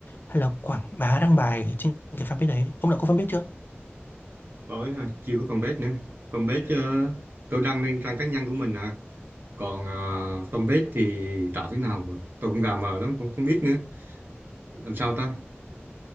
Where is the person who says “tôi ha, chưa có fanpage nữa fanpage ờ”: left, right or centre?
Right